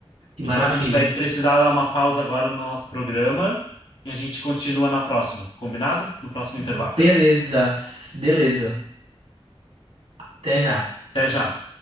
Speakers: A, on the right; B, on the left.
A: Que
B: Então
A: maravilha.
B: a gente vai precisar dar uma pausa agora no nosso programa e a gente continua na próxima, combinado? No próximo
A: Beleza.
B: intervalo.
A: Beleza. Até já.
B: Até já.